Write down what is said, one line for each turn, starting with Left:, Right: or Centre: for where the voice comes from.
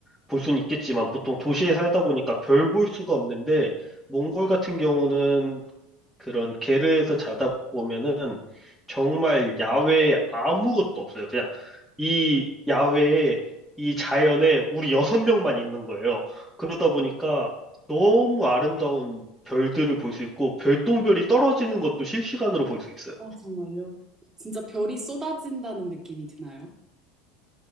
Centre: 볼 수는 있겠지만, 보통 도시에 살다 보니까 별 볼 수가 없는데, 몽골 같은 경우는 그런 게르에서 자다 보면은 정말 야외에 아무것도 없어요. 그냥 이 야외에 이 자연에 우리 여섯 명만 있는 거예요. 그러다
Right: 어,
Centre: 보니까 너무 아름다운 별들을 볼 수 있고 별똥별이 떨어지는 것도 실시간으로 볼 수 있어요.
Right: 어, 정말요? 진짜 별이 쏟아진다는 느낌이 드나요?